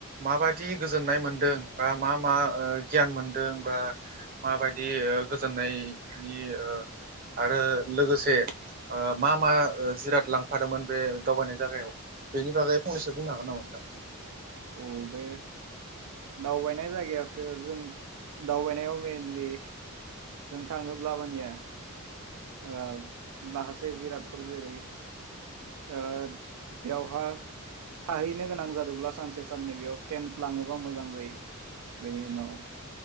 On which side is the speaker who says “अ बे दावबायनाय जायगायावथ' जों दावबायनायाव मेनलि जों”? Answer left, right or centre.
Right